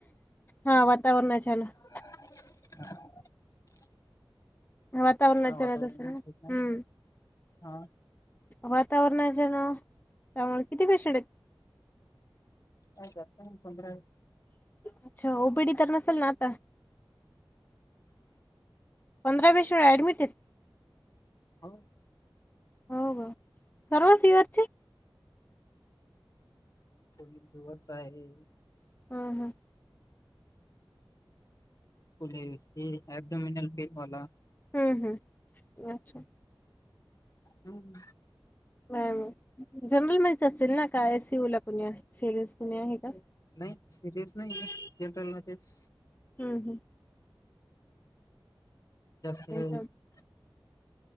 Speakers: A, on the left; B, on the left.
A: हा वातावरण अचाानक
B: <unintelligible>
A: वातावरणातच्याच
B: हा वातावरण
A: असं ना
B: ठीक
A: हम्म.
B: नाही हा
A: वातावरणाच्या ना त्यामुळे किती पेशंट आहेत?
B: आहेत, पंधरा आहेत
A: अच्छा ओपीडी तर नसेल ना आता, पंधरा पेशंट ऍडमिट आहेत.
B: हाव
A: हो ग सर्व फिवरचे,
B: कोणी फिव्हर्सच आहे.
A: हम हम
B: <unintelligible> ते ॲप डॉमीनल फेक वाला-
A: हम्म हम्, अच्छा.
B: हम्म
A: मॅम जनरल मधेच असतील ना काय आय सी यु ला कुणी आहे सिरीयस कुणी आहे का?
B: नाही सिरियस नाही. जनरल मध्येच
A: हम् हम्
B: जास्त वेळ
A: बर
B: <unintelligible>